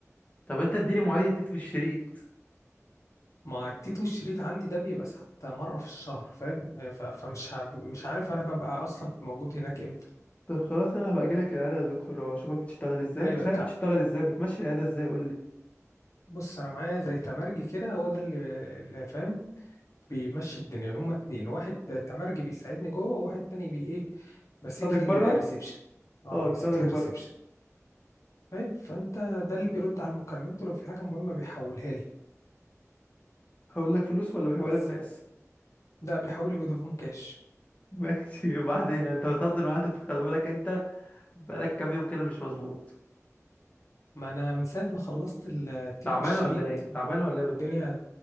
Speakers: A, on the left; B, on the left.
A: طب انت اديني مواعيد تيتو الشريط
B: ما التيت والشريط عندي ده بيبقى حتى مره في الشهر فاهم ف- فمش ع- مش عارف انا ببقى اصلا موجود هناك امتى
A: طب خلاص انا هبقى اجيلك العياده يا دكتور او اشوفك بتشتغل ازاي
B: ايوه
A: انت صحيح بتشتغل ازاي بتمشي العياده ازاي قول لي
B: بص انا معايا زي تمرجي كده هو ده اللي اللي فاهم بيمشي الدنيا هما اتنين واحد تمرجي بيساعدني جوه وواحد تاني بي ايه ماسك
A: بيساعدك
B: لي
A: بره
B: الريسبشن اه
A: اه
B: ماسك
A: يساعدك
B: لي الريسبشن
A: بره
B: فاهم فانت ده اللي بيرد على المكالمات ولو في حاجه مهمه بيحولها لي
A: هقول لك فلوس ولا بيحول
B: بس
A: لك ناس
B: ده بيحول لي فودافون كاش
A: <laughs> ماشي وبعدين انت بتهزر معايا انت خلي بالك انت بقالك كام يوم كده مش مظبوط
B: ما انا من ساعه ما خلصت التيت
A: تعبان
B: والشريط
A: ولا ايه تعبان ولا ايه يا دكتور
B: الدنيا